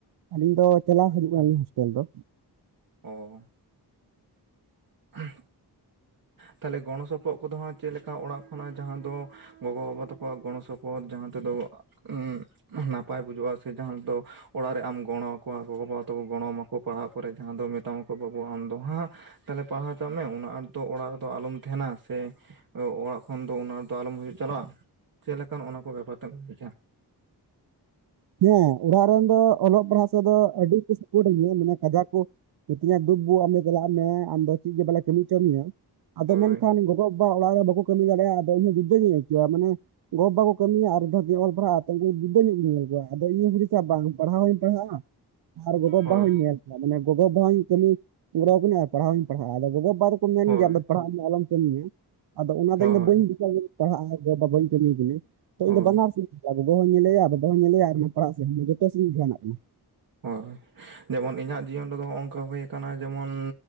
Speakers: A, on the right (about 75°); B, on the right (about 60°).
A: ᱟᱹᱞᱤᱧ ᱫᱚ ᱪᱟᱞᱟᱣ ᱦᱤᱡᱩᱜ ᱠᱟᱱᱟᱞᱤᱧ ᱦᱳᱥᱴᱮᱞ ᱫᱚᱼᱼ
B: ᱚ ᱦᱮᱸ ᱛᱟᱦᱞᱮ ᱜᱚᱲᱚ ᱥᱚᱯᱚᱦᱚᱫ ᱠᱚᱫᱚ ᱦᱟᱸᱜ ᱪᱮᱫ ᱞᱮᱠᱟ ᱚᱲᱟᱜ ᱠᱷᱚᱱᱟᱜ ᱡᱟᱦᱟᱸ ᱫᱚᱼᱼ ᱜᱚᱜᱚᱼᱵᱟᱵᱟ ᱛᱟᱠᱚᱣᱟᱜ ᱜᱚᱲᱚ ᱥᱚᱯᱚᱦᱚᱫ ᱡᱟᱦᱟᱸ ᱛᱮᱫᱚ ᱮᱸ ᱱᱟᱯᱟᱭ ᱵᱩᱡᱷᱩᱜᱼᱟ ᱥᱮ ᱡᱟᱦᱟᱸᱭ ᱫᱚ ᱚᱲᱟᱜ ᱨᱮ ᱟᱢ ᱜᱚᱲᱚ ᱟᱠᱚᱣᱟ ᱜᱚᱜᱚ ᱵᱟᱵᱟ ᱛᱟᱠᱚ ᱜᱚᱲᱚᱣᱟᱢᱟᱠᱚ ᱯᱟᱲᱦᱟᱜ ᱯᱚᱨᱮ ᱡᱟᱦᱟᱸ ᱫᱚ ᱢᱮᱛᱟᱢᱟᱠᱚ ᱵᱟᱹᱵᱩ ᱟᱢ ᱫᱚ ᱦᱟᱸᱜ ᱛᱟᱦᱚᱞᱮ ᱯᱟᱲᱦᱟᱣ ᱪᱟᱜ ᱢᱮ ᱚᱱᱟ ᱟᱢ ᱫᱚ ᱚᱲᱟᱜ ᱛᱚ ᱟᱞᱚᱢ ᱛᱟᱦᱮᱱᱟ ᱥᱮ ᱚᱲᱟᱜ ᱠᱷᱚᱱ ᱫᱚ ᱩᱱᱟᱹᱜ ᱫᱚ ᱟᱞᱚᱢ ᱦᱤᱡᱩᱜ ᱪᱟᱞᱟᱜᱼᱟ ᱪᱮᱫ ᱞᱮᱠᱟᱱ ᱚᱱᱟ ᱠᱚ ᱵᱮᱯᱟᱨᱛᱮᱢ ᱞᱟᱹᱭᱮᱫᱼᱟ
A: ᱦᱮᱸ ᱚᱲᱟᱜ ᱨᱮᱱ ᱫᱚ ᱚᱞᱚᱜ ᱯᱟᱲᱦᱟᱜ ᱥᱮᱫ ᱫᱚ ᱟᱹᱰᱤ ᱠᱚ ᱥᱟᱯᱳᱴ ᱤᱱᱟ ᱢᱟᱱᱮ ᱠᱟᱡᱟ ᱠᱚ ᱥᱤᱠᱷᱱᱟᱹᱛ ᱫᱤᱠ ᱫᱤᱭᱮ ᱟᱢ ᱫᱚ ᱪᱟᱞᱟᱜ ᱢᱮ ᱟᱢᱫᱚ ᱪᱮᱫ ᱜᱮ ᱵᱟᱞᱮ ᱠᱟᱹᱢᱤ ᱦᱚᱪᱚ ᱢᱮᱭᱟ ᱟᱫᱚ
B: ᱦᱳᱭ
A: ᱢᱮᱱᱠᱷᱟᱱ ᱜᱚᱜᱚ ᱵᱟᱵᱟ ᱚᱲᱟᱜ ᱨᱮ ᱵᱟᱠᱚ ᱠᱟᱹᱢᱤ ᱫᱟᱲᱮᱭᱟᱜᱼᱟ ᱟᱫᱚᱧ ᱵᱤᱫᱫᱟᱹ ᱜᱮᱧ ᱟᱹᱭᱠᱟᱹᱣᱟ ᱢᱟᱱᱮ ᱜᱚ ᱵᱟᱵᱟ ᱠᱚ ᱠᱟᱹᱢᱤᱭᱟ ᱟᱨ ᱡᱟᱦᱟᱸ ᱚᱞ ᱯᱟᱲᱦᱟᱜᱼᱟ ᱩᱱᱠᱩ ᱡᱩᱫᱟᱹ ᱧᱚᱜ ᱜᱮ ᱧᱮᱞ ᱠᱚᱣᱟ ᱟᱫᱚ ᱤᱧᱤᱧ ᱦᱩᱫᱤᱥᱟ ᱵᱟᱝ ᱯᱟᱲᱦᱟᱣ ᱦᱚᱧ ᱯᱟᱲᱦᱟᱜᱼᱟ ᱟᱨ ᱜᱚᱜᱚ ᱵᱟᱵᱟ
B: ᱦᱳᱭ
A: ᱦᱚᱧ ᱧᱮᱞ ᱠᱤᱱᱟ ᱢᱟᱱᱮ ᱜᱚᱜᱚᱵᱟᱵᱟ ᱦᱚᱧ ᱠᱟᱹᱢᱤ ᱜᱚᱲᱚᱭᱟ ᱠᱤᱱᱟ ᱟᱨ ᱯᱟᱲᱦᱟᱣ ᱦᱚᱧ ᱯᱟᱲᱦᱟᱜᱼᱟ ᱟᱫᱚ ᱜᱚᱜᱚᱼᱵᱟ ᱫᱚᱠᱚ ᱢᱮᱱ
B: ᱦᱳᱭ
A: ᱜᱮᱭᱟ ᱫᱚ ᱯᱟᱲᱦᱟᱜ ᱢᱮ ᱟᱞᱚᱢ ᱠᱟᱹᱢᱤᱭᱟ ᱟᱫᱚ ᱚᱱᱟ ᱫᱚ
B: ᱦᱳᱭ
A: ᱤᱧᱫᱚ ᱵᱟᱹᱧ ᱵᱩᱡᱟ ᱯᱟᱲᱦᱟᱜᱼᱟ ᱜᱮ ᱵᱟ ᱵᱟᱹᱧ ᱠᱟᱹᱢᱤ ᱫᱟᱰᱨᱜ-ᱟ᱾ ᱛᱚ ᱤᱧ
B: ᱦᱳᱭ
A: ᱫᱚ ᱵᱟᱱᱟᱨ ᱥᱮᱫ ᱤᱧ ᱪᱟᱞᱟᱜᱼᱟ ᱜᱚᱜᱚ ᱦᱚᱧ ᱧᱮᱞᱮᱭᱟ ᱵᱟᱵᱟ ᱦᱚᱸᱧ ᱧᱮᱞᱮᱭᱟ ᱟᱨ ᱚᱱᱟ ᱯᱟᱲᱦᱟᱜ ᱥᱮᱫ ᱫᱚ ᱡᱚᱛᱚ ᱥᱮᱫ ᱤᱧ ᱫᱷᱮᱭᱟᱱᱟᱜ ᱠᱟᱱᱟ
B: ᱦᱳᱭ ᱡᱮᱢᱚᱱ ᱤᱧᱟᱹᱜ ᱡᱤᱭᱚᱱ ᱨᱮᱫᱚ ᱱᱚᱜ ᱱᱚᱝᱠᱟ ᱦᱩᱭ ᱠᱟᱱᱟ ᱡᱮᱢᱚᱱ